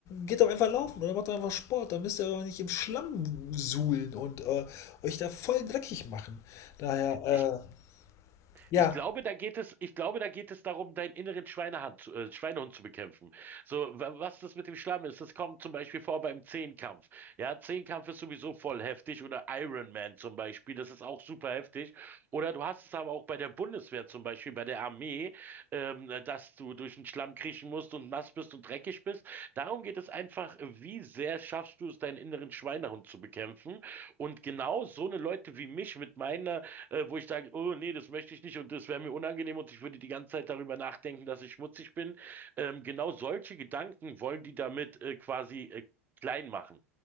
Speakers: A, on the left; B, on the right.
A: geht doch einfach laufen oder macht doch einfach Sport. dann müsst ihr doch nicht im Schlamm suhlen und äh, euch da voll dreckig machen. Daher,
B: Ich
A: äh, ja,
B: Ich glaube, da geht es, ich glaube, da geht es darum, deinen inneren Schweinehand, zu- äh, Schweinehund zu bekämpfen. So, wa- was das mit dem Schlamm ist, das kommt zum Beispiel vor beim Zehnkampf. Ja, Zehnkampf ist sowieso voll heftig oder Iron Man zum Beispiel, das ist auch super heftig. Oder du hast es aber auch bei der Bundeswehr zum Beispiel, bei der Armee, ähm, dass du durch den Schlamm kriechen musst und nass bist und dreckig bist. Darum geht es einfach, wie sehr schaffst du es, deinen inneren Schweinehund zu bekämpfen? Und genau so eine Leute wie mich mit meiner äh, wo ich sage, oh nee, das möchte ich nicht und das wäre mir unangenehm und ich würde die ganze Zeit darüber nachdenken, dass ich schmutzig bin. Ähm, genau solche Gedanken wollen die damit äh, quasi äh, klein machen